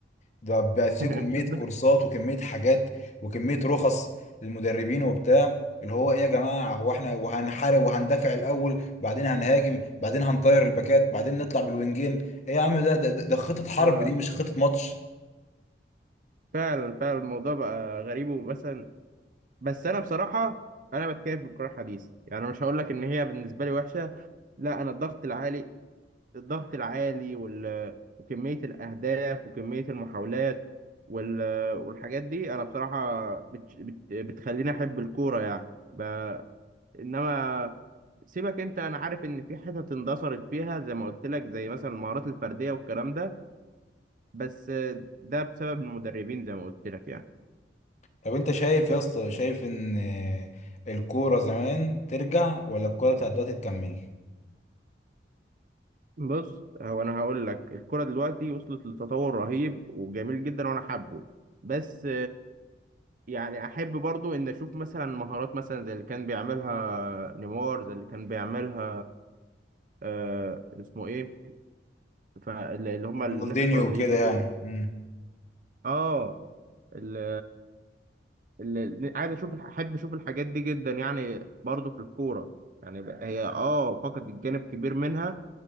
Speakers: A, on the left (about 40°); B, on the right (about 45°).
A: ده بقت فيه
B: <laughs>
A: كمية كورسات وكمية حاجات وكمية رخص للمدربين وبتاع اللي هو ايه يا جماعة هو احنا وهنحارب وهندافع الأول بعدين هنهاجم بعدين هنطير الباكات بعدين نطلع بالوينجين ايه يا عم ده ده, ده ده خطة حرب
B: آه،
A: دي مش خطة ماتش
B: فعلا فعلا الموضوع بقى غريب ومثلا بس انا بصراحه انا بتكيف بالكره الحديثه يعني أنا مش هقول لك ان هي بالنسبه لي وحشه لا انا الضغط العالي الضغط العالي وال... وكمية الأهداف وكمية المحاولات وال... والحاجات دي أنا بصراحة بت... بت... بتخليني أحب الكورة يعني ب... إنما سيبك أنت أنا عارف إن في حتت اندثرت فيها زي ما قلت لك زي مثلا المهارات الفردية والكلام ده بس ده بسبب المدربين زي ما قلت لك يعني
A: طب انت شايف يا اسطى شايف ان الكورة زمان ترجع ولا الكورة بتاعت دلوقتي تكمل
B: بص هو أنا هقول لك الكورة دلوقتي وصلت لتطور رهيب وجميل جدا وأنا حابه بس يعني احب برضو ان اشوف مثلا مهارات مثلا زي اللي كان بيعملها نيمار زي اللي كان بيعملها آه اسمه ايه فاللي اللي هم الناس
A: رونالدينيو
B: البرازيليين
A: وكده
B: دول
A: يعني امم
B: اه اللي, اللي عايز اشوف احب اشوف الحاجات دي جدا يعني برضو في الكورة يعني ب- هي اه فقد الجانب كبير منها